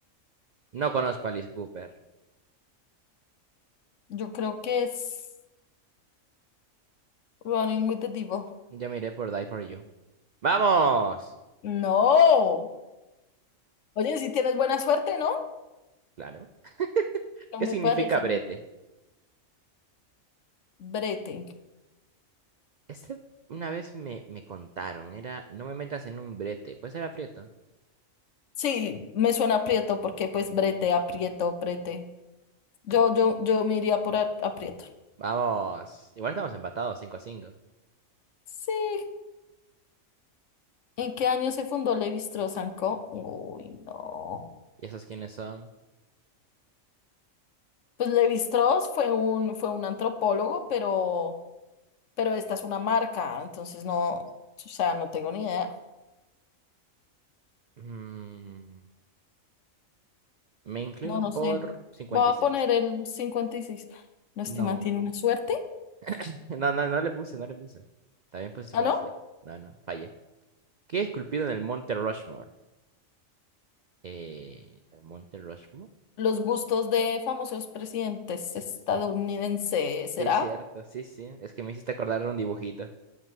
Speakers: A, on the right (about 85°); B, on the left (about 65°).
A: No conozco a Alice Cooper.
B: Yo creo que es Running with the Devil.
A: Yo miré por Die for You. ¡Vamos!
B: No. Oye, si tienes buena suerte, ¿no?
A: Claro.
B: No
A: ¿Qué
B: me
A: significa
B: parece,
A: brete?
B: ¿no? Brete.
A: Este una vez me, me contaron, era no me metas en un brete, puede ser aprieto.
B: Sí, me suena aprieto porque pues brete, aprieto, brete. Yo, yo, yo me iría por a- aprieto.
A: Vamos, igual estamos empatados cinco a cinco
B: Sí. ¿En qué año se fundó Levi-Strauss Co? Uy, no.
A: ¿Y esos quiénes son?
B: Pues Levi-Strauss fue un, fue un antropólogo, pero, pero esta es una marca, entonces no, o sea, no tengo ni idea.
A: Mm, me inclino
B: No, no
A: por
B: sé.
A: cincuenta
B: Voy
A: y
B: a
A: seis
B: poner el 56. No, este
A: No,
B: man tiene una suerte.
A: <laughs> no, no, no le puse, no le puse. También puse cincuenta
B: Ah, ¿no?
A: y seis No, no, fallé. ¿Qué es esculpido en el Monte Rushmore? Eh, ¿el Monte Rushmore?
B: Los bustos de famosos presidentes
A: S-
B: estadounidenses, ¿será?
A: Sí, cierto, sí, sí. Es que me hiciste acordar de un dibujito.